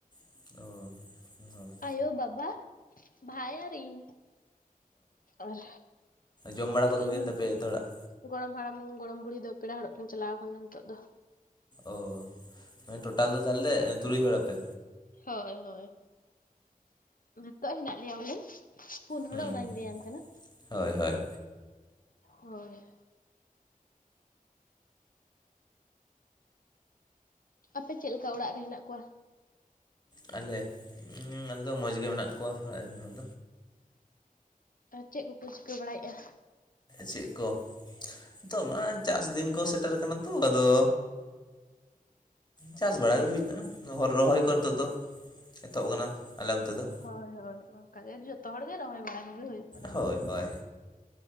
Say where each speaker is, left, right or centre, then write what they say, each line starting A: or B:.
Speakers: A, on the left; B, on the left.
A: ᱚ ᱾
B: ᱟᱭᱚ ᱵᱟᱵᱟ ᱵᱟᱭ ᱟᱨ ᱤᱧ ᱟᱨ
A: ᱡᱚᱢ ᱵᱟᱲᱟ ᱠᱚᱫᱚ
B: ᱤᱧᱤᱧ
A: ᱦᱩᱭᱮᱱ ᱛᱟᱯᱮ ᱡᱚᱛᱚ ᱦᱚᱲᱟᱜ?
B: ᱜᱚᱲᱚᱢ ᱦᱟᱲᱟᱢ ᱜᱚᱲᱚᱢ ᱵᱩᱲᱦᱤ ᱫᱚ ᱯᱮᱲᱟ ᱦᱚᱲᱚᱜ ᱠᱤᱱ ᱪᱟᱞᱟᱣ ᱟᱠᱟᱱᱟ ᱱᱤᱛᱚᱜ ᱫᱚ ᱾
A: ᱚ ᱢᱟᱱᱮ ᱴᱚᱴᱟᱞ ᱫᱚ ᱛᱟᱦᱞᱮ ᱛᱩᱨᱩᱭ ᱦᱚᱲ ᱟᱯᱮ?
B: ᱦᱚᱭ ᱦᱚᱭ ᱱᱤᱛᱚᱜ ᱦᱮᱱᱟᱜ ᱞᱮᱭᱟ ᱵᱚᱞᱮ ᱾ ᱯᱩᱱ ᱦᱚᱲᱚᱜ
A: ᱦᱩᱸ
B: ᱚᱱᱟᱧ
A: ᱦᱩᱸ
B: ᱞᱟᱹᱭᱟᱢ ᱠᱟᱱᱟ
A: ᱦᱳᱭ ᱦᱳᱭ
B: ᱦᱚᱭ ᱾ ᱟᱯᱮ ᱪᱮᱫ ᱞᱮᱠᱟ ᱚᱲᱟᱜ ᱨᱮ ᱦᱮᱱᱟᱜ ᱠᱚᱣᱟ?
A: ᱟᱞᱮ ᱟᱞᱮ ᱫᱚ ᱢᱚᱡᱽ ᱜᱮ ᱢᱮᱱᱟᱜ ᱠᱚᱣᱟ ᱚᱲᱟᱜ <unintelligible>
B: ᱟᱨ ᱪᱮᱫ ᱠᱚᱠᱚ ᱪᱤᱠᱟᱹ ᱵᱟᱲᱟᱭᱮᱜᱼᱟ?
A: ᱪᱮᱫ ᱠᱚ ᱱᱤᱛᱚᱜ ᱢᱟ ᱪᱟᱥ ᱫᱤᱱ ᱠᱚ ᱥᱮᱴᱮᱨ ᱠᱟᱱᱟ ᱛᱚ ᱟᱫᱚ ᱪᱟᱥ ᱵᱟᱲᱟ ᱜᱮ ᱦᱩᱭᱩᱜ ᱠᱟᱱᱟ ᱦᱚᱨ ᱨᱚᱦᱚᱭ ᱠᱚ ᱱᱤᱛᱚᱜ ᱫᱚ ᱾ ᱮᱛᱚᱵ ᱟᱠᱟᱱᱟ ᱟᱞᱮ ᱚᱱᱛᱮ ᱫᱚ ᱾
B: ᱦᱚᱭ ᱦᱚᱭ ᱚᱱᱠᱟᱜᱮ ᱡᱚᱛᱚ ᱦᱚᱲᱜᱮ ᱨᱚᱦᱚᱭ ᱵᱟᱲᱟ ᱠᱚᱜᱮ ᱦᱩᱭᱩᱜ ᱠᱟᱱᱟ
A: ᱦᱳᱭ
B: ᱱᱤᱛᱚᱜ ᱫᱚ
A: ᱦᱳᱭ
B: ᱾